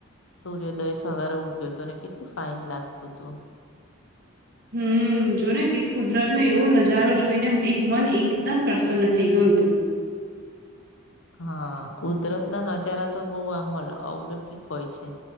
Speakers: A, on the left; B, on the right.
A: સૂર્યોદય સવારે ઉગ્યો તો અને કેટલું ફાઈન લાગતું તું
B: હમ્મ જો ને કે કુદરતનો એવો નજારો જોઈને એક મન એકદમ પ્રસન્ન થઈ ગયું તું
A: હા કુદરતના નજારા તો બહું આમ ઔલોકિક હોય છે.